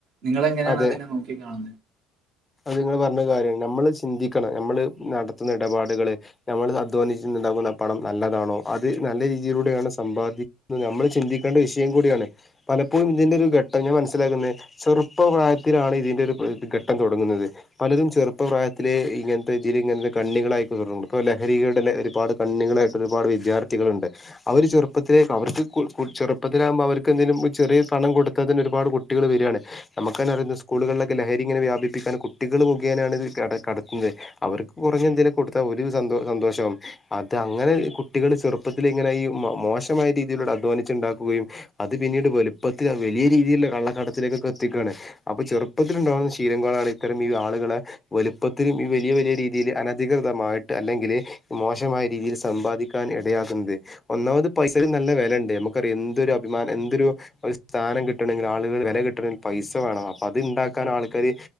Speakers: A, on the right; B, on the left.
A: നിങ്ങ എങ്ങനെയാണ്
B: അതെ
A: അതിനെ നോക്കി കാണുന്നെ
B: അത് നിങ്ങള്പറഞ്ഞ കാര്യാണ് നമ്മള് ചിന്തിക്കണം നമ്മള് നടത്തുന്ന ഇടപാടുകള് നമ്മൾ അധ്വാനിച്ചിണ്ടകുണ പണം നല്ലതാണോ അത് നല്ല രീതിയിലൂടെയാണ് സമ്പാദിക്കുന്നത് നമ്മൾ ചിന്തിക്കേണ്ട വിഷയം കൂടിയാണ്. പലപ്പോഴും ഇതിന്റെ ഒരു ഘട്ടം ഞാമനസ്സിലാക്കുന്നെ ചെറുപ്പപ്രായത്തിലാണ് ഇതിന്റെ ഒരു ഘട്ടം തു ടങ്ങുന്നത് പലരും ചെറുപ്പപ്രായത്തിലെ ഇങ്ങാനത്തെ ജിതി ഇങ്ങനത്തെ കണ്ണികളായികേർണുണ്ട് ഇപ്പോ ലഹരികൾ ടെ ലഹരിപാട കണ്ണികളായിട്ട് ഒരുപാട് വിദ്യാർത്ഥികള്ണ്ട് അവര് ചെറുപ്പത്തിലേക്ക് അവർക്ക് ക്കു ക്കു ചെറുപ്പത്തിലാകുമ്പോ അവർക്ക് എന്തെലും ചെറിയ പണം കൊടുത്തതിന് ഒരുപാട് കുട്ട കുട്ടികള് വരാണ് നമ്മക്ക് തന്നെ അറിയ ഇന്ന് സ്കൂളുകളിലൊക്കെഹരി ഇങ്ങെ വ്യാപി പ്പിതന്നെ കുട്ടികൾ മുഖേനെയാണ് ഇത് കെ കടത്തുന്നെ അവർക്ക് കുറഞ്ഞ എന്തേലും കൊടുത്താ ഓര് സന്തോ സന്തോഷം ആവും അത് അങ്ങനെ ഈ കുട്ടികള് ചെറുപ്പത്തിൽ ഇങ്ങനെയി മോ മോശമായ രീതിയിലൂടെ അധ്വാനിച്ചുണ്ടാക്കുകയും അത് പിന്നീട് വലുപ്പത്തിൽ വെലിയ രീതിയിലുള്ള കള്ളക്കടത്തിലേക്കൊക്കെ ത്തിക്കാണ് അപ്പൊ ചെറുപ്പത്തിലുണ്ടാാവുന്ന ശീലംങ്ങ ളാണ് ഇത്തരം ഈ ആളുകളെ വലുപ്പത്തിലും വലിയ വലിയ രീതിയിൽ അനധികൃതമായിട്ട് അല്ലെങ്കില് മോശമായ രീതിയിൽ സമ്പാദിക്ക ക്കാൻ ഇടയാക്കുന്നത്. ഒന്നാമത് പൈസക്ക് നല്ല വെലണ്ട് നമുക്കറിയാം എന്തൊരു അഭിമാനം എന്തൊരു ഒരു സ്ഥാനം കിട്ടണങ്കിൽ ആളുകൾ വില കിട്ടണമെങ്കിൽ പൈസ വേണം അപ്പൊ അത് ഇണ്ടാക്കാൻ ആള്ക്കാര്